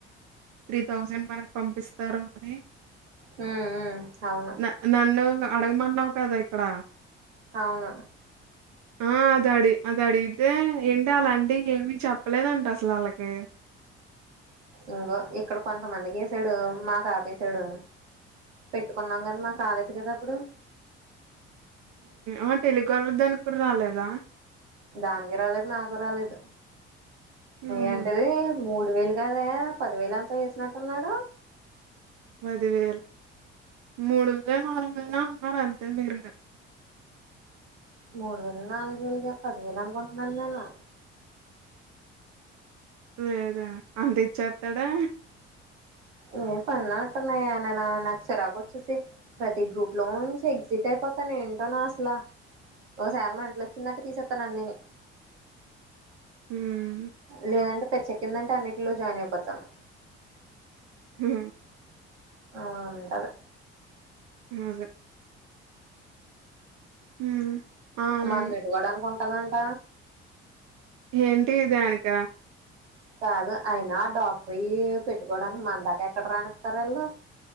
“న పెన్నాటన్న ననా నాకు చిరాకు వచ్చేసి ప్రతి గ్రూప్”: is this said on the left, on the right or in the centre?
Right